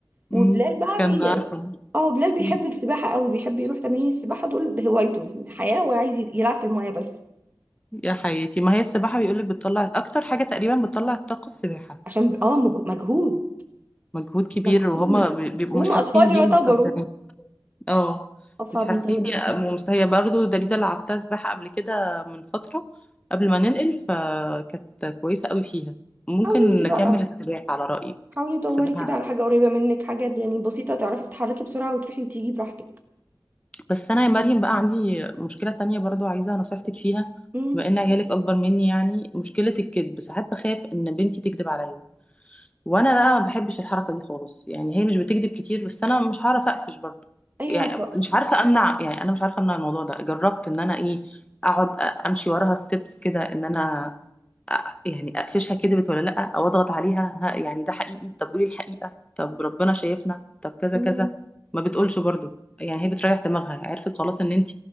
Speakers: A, on the right; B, on the left.
A: وبلال
B: أمم،
A: بقى
B: كان
A: بي
B: عسل
A: اه بلال بيحب
B: أمم،
A: السباحة قوي بيحب يروح تمارين السباحة دول هوايته حياة وعايز يلعب في المية بس
B: يا حياتي ما هي السباحه بيقولك بتطلع اكتر حاجه تقريبا بتطلع الطاقه السباحه
A: عشان ب- اه مج- مجهود
B: مجهود كبير
A: مجهود
B: وهما
A: مجهود.
B: بي- بيبقوا
A: وهم
B: مش حاسين
A: أطفال
B: بيه
A: يعتبروا
B: ومستمتعين اه
A: اه فبيطل
B: مش حاسين دي مست- هي برضه دليلة لعبتها سباحة قبل كده من فترة قبل ما ننقل فكانت كويسة قوي فيها ممكن
A: حاولي انتي
B: نكمل
A: بقى
B: السباحة على رأيك
A: حاولي دوري
B: السباحة
A: كده على حاجة قريبة منك حاجة يعني بسيطة تعرفي تتحركي بسرعة وتروحي وتيجي براحتك
B: بس أنا يا مريم بقى عندي مشكلة تانية برضه عايزة نصيحتك فيها
A: امم
B: بما إن عيالك أكبر مني يعني مشكلة الكذب ساعات بخاف إن بنتي تكذب عليا وانا بقى ما بحبش الحركه دي خالص يعني هي مش بتكذب كتير بس انا مش هعرف اقفش برضه
A: ايوه
B: يعني
A: ب-
B: مش عارفه امنع يعني انا مش عارفه امنع الموضوع ده جربت ان انا ايه اقعد أ- امشي وراها ستيبس كده ان انا أ- يعني اقفشها كدبت ولا لا او اضغط عليها ها يعني ده حقيقي طب قولي الحقيقه طب ربنا شايفنا طب كذا
A: مم.
B: كذا ما بتقولش برضه يعني هي بتريح دماغها عرفت خلاص ان انت